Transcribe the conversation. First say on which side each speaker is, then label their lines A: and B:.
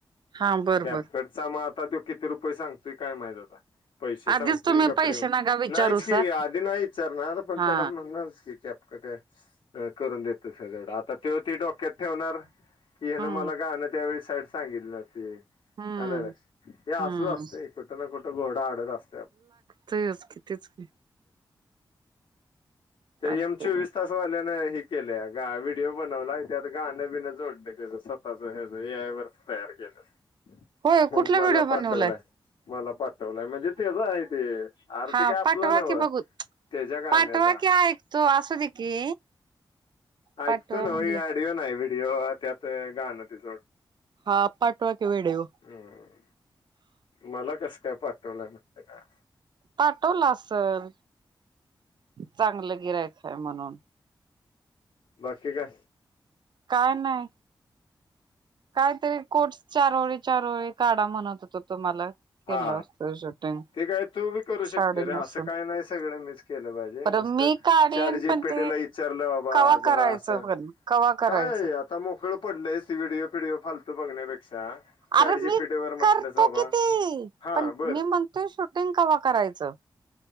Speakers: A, on the right; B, on the left.
A: हा बर
B: कॅपकटचा
A: बर
B: म आता त्यो किती रुपये सांगतोय काय माहित आता? पैसे सांगतोय
A: आधीच तुम्ही
B: का
A: पैसे
B: फ्री म
A: नका विचारूसा
B: नाहीच की, आधी नाही विचारणार पण
A: हा
B: त्याला म्हणणारच की कॅप <unintelligible> करून देतासा काय? आता त्यो ती डोक्यात ठेवणार की ह्यानं
A: हम्म
B: मला काय अन त्यावेळेस साईड सांगितली नव्हती.
A: हम्म
B: आलं का लक्षात हे असंच
A: हम्म
B: असतंय कुठं ना कुठं घोडा आडत असतंय आप
A: तेच की तेच की. चालतय
B: ते एम चोवीस तास वाल्यानं हे केलंय अगं व्हिडिओ बनवलाय त्यात गाणं बिन जोडलं त्याचं स्वतःच ह्याचं ऐ आय वरच तयार केलं.
A: होय
B: मला
A: कुठला व्हिडिओ
B: पाठवलाय
A: बनवलाय?
B: मला पा ठवलाय म्हणजे त्याजं आहे ते आर्थिक
A: हां
B: आपला
A: पाठवा
B: नव्ह
A: की बघूत
B: त्याच्या गाण्याचा
A: पाठवा की ऐकतो असू दे की
B: ऐकतो
A: पाठवा
B: ना
A: म्हणलं.
B: ऑडिओ नाही व्हिडिओ त्यात गाणं <unintelligible>
A: हा पाठवा की व्हिडिओ
B: हम् मला कस काय पाठवलं म्हटलं काय?
A: पाठवला. चल चांगलं गिराईक आहे म्हणून.
B: बाकी काय
A: काय नाय. काहीतरी कोर्स चार व चार ओळी काढा म्हणत होतो तुम्हाला. केलं
B: हा
A: असत शूटिंग
B: ते काय तू बी करू
A: साडी
B: शकते रे
A: नेसून
B: असं काय नाय सगळं मीच केलं पाहिजे
A: पर
B: नुसतं
A: मी काढेन
B: चारटजी,
A: पण
B: पेटीला
A: ते
B: विचारलं बा बा
A: कवा
B: जरा
A: करायचं
B: अस
A: पण कवा करायचं
B: काय आता मोकळ पडलंय ते व्हडीओ बिडिओ फालतू बघण्यापेक्षा अच्छा
A: अरे
B: साडीची
A: मी
B: पिठे वैगर म्हटलं
A: करतो
B: रे बाबा.
A: किती
B: हा
A: पण
B: बरं
A: मी म्हणतोय शूटिंग कव्हा करायचं?